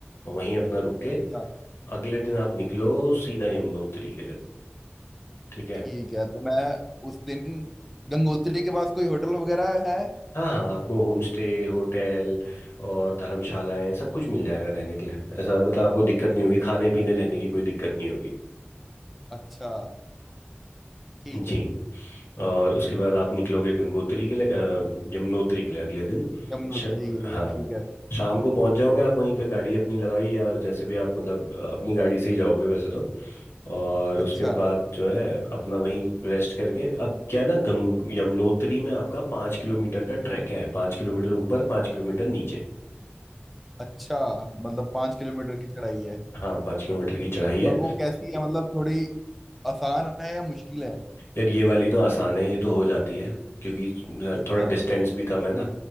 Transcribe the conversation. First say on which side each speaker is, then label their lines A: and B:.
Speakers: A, on the left; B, in the centre.
A: और वहीं अपना रुक के
B: अच्छा
A: अगले दिन आप निकलो सीधा यमुनोत्री के लिए ठीक है
B: ठीक है तो मैं उस दिन गंगोत्री के पास कोई होटल वगैरह है
A: हाँ हाँ आपको होम स्टे होटल और धर्मशालाएं सब कुछ मिल जाएगा रहने के लिए ऐसा मतलब आपको दिक्कत नहीं होगी खाने पीने रहने की कोई दिक्कत नहीं होगी
B: अच्छा ठीक
A: जी
B: है
A: और उसके बाद आप निकलोगे गंगोत्री के लिए अ, यमुनोत्री के लिए अगले दिन
B: यमुनोत्री
A: श,
B: के
A: हाँ
B: लिए ठीक है
A: शाम को पहुंच जाओगे आप वहीं पे गाड़ी अपनी लगाई या जैसे भी आप मतलब अ, अपनी गाड़ी से ही जाओगे वैसे तो और
B: अच्छा
A: उसके बाद जो है अपना वहीं रेस्ट करके अब क्या है ना गंग यमुनोत्री में आपका पाँच किलोमीटर का ट्रैक है पाँच किलोमीटर ऊपर पाँच किलोमीटर नीचे
B: अच्छा मतलब पाँच किलोमीटर की चढ़ाई है
A: हाँ पाँच किलोमीटर की चढ़ाई है
B: और वो कैसी है मतलब थोड़ी आसान है या मुश्किल है
A: यार ये वाली तो आसान है ये तो हो जाती है क्योंकि इस-
B: अच्छा
A: थोड़ा डिस्टेंस भी कम है ना